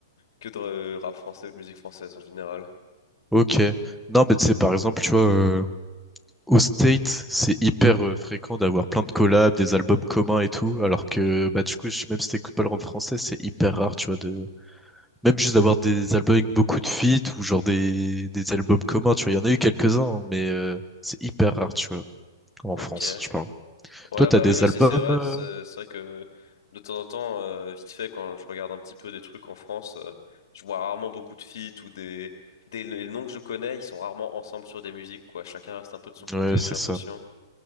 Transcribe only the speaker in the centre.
Ok. Non, mais tu sais, par exemple, tu vois, euh, Au state, c'est hyper euh, fréquent d'avoir plein de collabs, des albums communs et tout, alors que bah du coup, je- même si t'écoutes pas le rap français, c'est hyper rare, tu vois, de même juste d'avoir des albums avec beaucoup de feats ou genre des, des albums communs, tu vois, il y en a eu quelques-uns, mais euh, c'est hyper rare, tu vois, en
France, je parle.
Toi, t'as
des
albums,
euh,
ouais, c'est
ça,